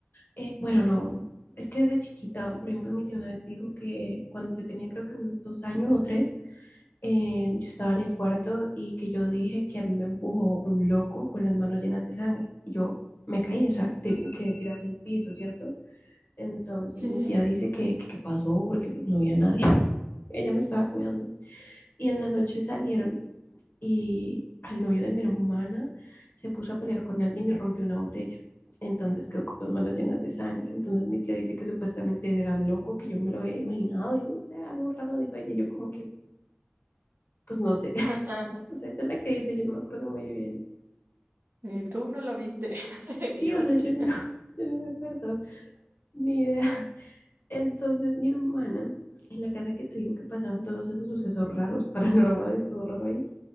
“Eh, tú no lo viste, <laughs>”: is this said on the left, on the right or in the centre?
Right